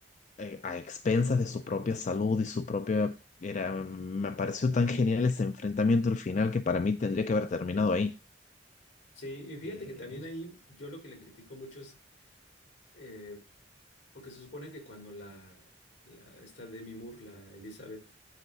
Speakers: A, on the left; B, on the left.
A: eh, a expensas de su propia salud y su propia... Era, me pareció tan genial ese enfrentamiento al final que para mí tendría que haber terminado ahí.
B: Sí, y fíjate
A: Eh,
B: que también ahí yo lo que le critico mucho es, eh, Porque se supone que cuando la, la esta Demi Moore, la Elizabeth,